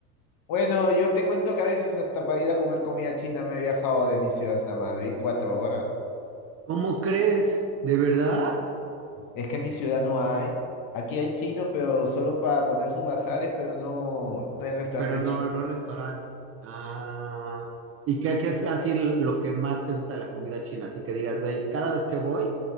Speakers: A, on the left; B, on the right.
A: Bueno, yo te cuento que a veces hasta para ir a comer comida china me he viajado de mi ciudad hasta Madrid cuatro horas.
B: ¿Cómo crees? ¿De verdad?
A: Es que en mi ciudad no hay. Aquí hay chinos, pero solo para poner sus bazares, pero no, no hay restaurante
B: Pero no,
A: chino.
B: no restaurante. Ah, ¿y qué, qué es así lo que más te gusta de la comida china? Así que digas, güey, cada vez que voy,